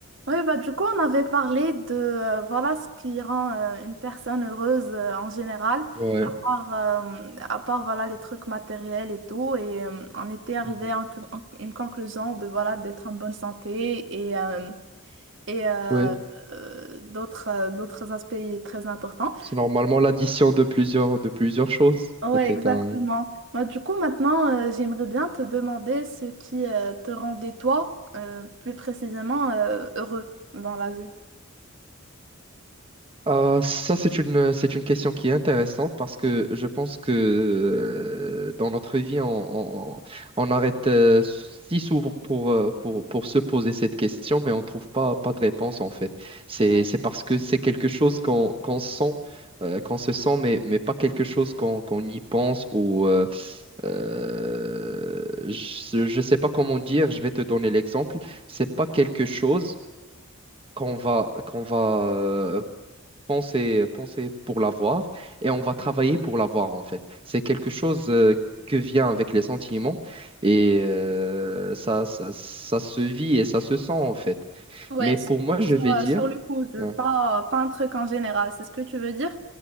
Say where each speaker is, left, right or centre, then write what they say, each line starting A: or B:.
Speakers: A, on the right; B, on the right.
A: Oui, bah, du coup, on avait parlé de euh, voilà ce qui rend euh, une personne heureuse euh, en général,
B: Ouais,
A: à part, euh, à part voilà, les trucs matériels et tout. Et euh, on était arrivé
B: mhm.
A: à un- en- une conclusion de voilà d'être en bonne santé et, euh, et euh,
B: Ouais.
A: euh, d'autres euh, d'autres aspects très importants.
B: C'est normalement l'addition de plusieurs de plusieurs choses.
A: Ouais,
B: C'était
A: exactement.
B: un.
A: Bah, du coup, maintenant, euh, j'aimerais bien te demander ce qui euh, te rendait toi euh, plus précisément euh, heureux dans la vie.
B: Ah, ça, c'est une c'est une question qui est intéressante parce que je pense que euh, dans notre vie, on, on, on arrête euh, si souvent pour, euh, pour pour se poser cette question, mais on ne trouve pas pas de réponse en fait. C'est
A: Ouais.
B: c'est parce que c'est quelque chose qu'on qu'on sent, euh, qu'on se sent, mais mais pas quelque chose qu'on qu'on y pense ou euh, Euh, je ne sais pas comment dire, je vais te donner l'exemple. C'est pas quelque chose qu'on va, qu'on va euh, penser, penser pour l'avoir et on va travailler pour l'avoir en fait. C'est quelque chose euh, que vient avec les sentiments et euh, ça, ça, ça se vit et ça se sent en fait.
A: Ouais,
B: Mais
A: sur,
B: pour moi,
A: sur,
B: je vais
A: euh,
B: dire.
A: sur le coup, je
B: hein,
A: pas, pas un truc en général, c'est ce que tu veux dire?